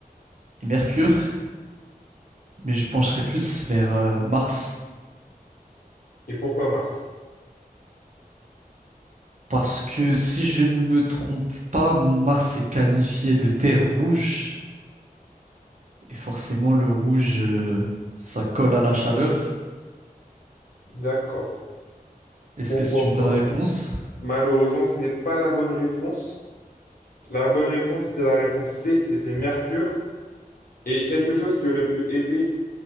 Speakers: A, on the right (about 55°); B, on the left (about 70°).
A: et Mercure, mais je pencherai plus vers euh, Mars.
B: Et pourquoi Mars?
A: Parce que si je ne me trompe pas, Mars est qualifié de terre rouge. Et forcément, le rouge, euh, ça colle à la chaleur.
B: D'accord,
A: Est-ce
B: pourquoi
A: que c'est une bonne
B: pas?
A: réponse?
B: Malheureusement, ce n'est pas la bonne réponse. La bonne réponse était la réponse C, c'était Mercure. Et quelque chose qui aurait pu aider